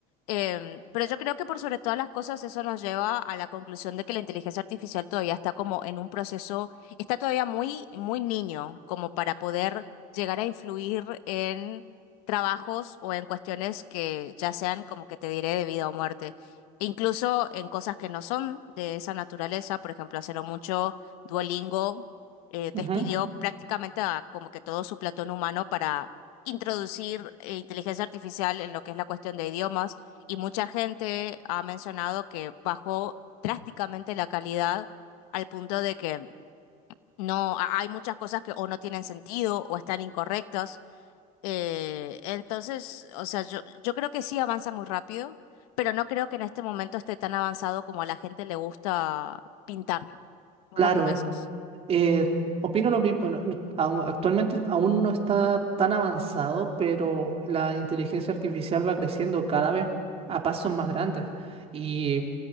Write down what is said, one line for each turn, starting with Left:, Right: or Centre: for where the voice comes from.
Left: Em, pero yo creo que por sobre todas las cosas eso nos lleva a la conclusión de que la inteligencia artificial todavía está como en un proceso, está todavía muy, muy niño como para poder llegar a influir en trabajos o en cuestiones que ya sean como que te diré de vida o muerte. E incluso en cosas que no son de esa naturaleza, por ejemplo, hace no mucho Duolingo eh,
Right: Ujú.
Left: despidió prácticamente a como que todo su platón humano para introducir eh, inteligencia artificial en lo que es la cuestión de idiomas y mucha gente ha mencionado que bajó drásticamente la calidad al punto de que no, ha- hay muchas cosas que o no tienen sentido o están incorrectas. Eh, entonces, o sea, yo, yo creo que sí avanza muy rápido, pero no creo que en este momento esté tan avanzado como a la gente le gusta pintarlo.
Right: Claro.
Left: ¿Vos qué pensás?
Right: Eh, opino lo mismo. no- no- aún- actualmente aún no está tan avanzado, pero la inteligencia artificial va creciendo cada vez a pasos más grandes. Y